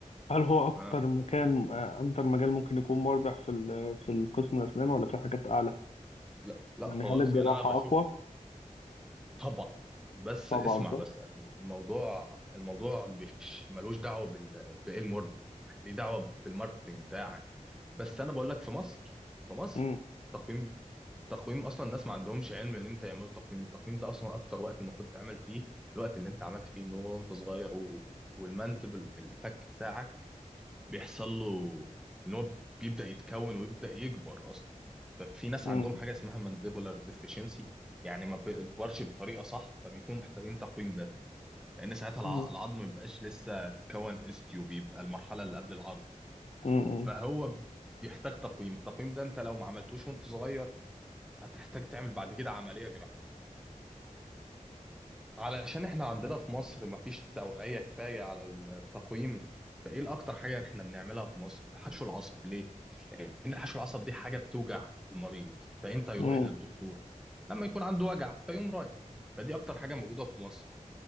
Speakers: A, on the left (about 55°); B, in the centre.
A: هل هو اكتر
B: ها
A: مكان آه، اكتر مجال ممكن يكون مربح في ال- في القسم الاسنان ولا في حاجات اعلى
B: لا لا
A: يعني
B: خالص
A: هل الجراحة
B: يعني انا بشوف
A: اقوى
B: طبعا بس
A: طبعا
B: اسمع
A: صح
B: بس الموضوع الموضوع مش ملوش دعوه بال بايه المربح ليه دعوه بالماركتنج بتاعك بس انا بقول لك في مصر في مصر
A: م-
B: تقويم تقويم اصلا الناس ما عندهمش علم ان امتى يعملوا تقويم التقويم ده اصلا اكتر وقت المفروض تعمل فيه الوقت اللي انت عملت فيه ان هو وانت صغير و... والمندب الفك بتاعك بيحصل له ان هو بيبدا يتكون ويبدا يكبر اصلا ففي ناس
A: م-
B: عندهم حاجه اسمها مانديبولار ديفيشنسي يعني ما بيكبرش بطريقه صح فبيكونوا محتاجين تقويم ده لان ساعتها الع-
A: م-
B: العظم ما بيبقاش لسه كون استيو بيبقى المرحله اللي قبل العظم
A: م- م-
B: فهو بيحتاج تقويم التقويم ده انت لو ما عملتوش وانت صغير هتحتاج تعمل بعد كده عمليه جراحيه علشان احنا عندنا في مصر مفيش توعية كفاية على التقويم فايه الاكتر حاجة احنا بنعملها في مصر حشو العصب ليه لان حشو العصب دي حاجة بتوجع المريض فامتى يروح
A: م-
B: للدكتور لما يكون عنده وجع فيقوم رايح فدي اكتر حاجة موجودة في مصر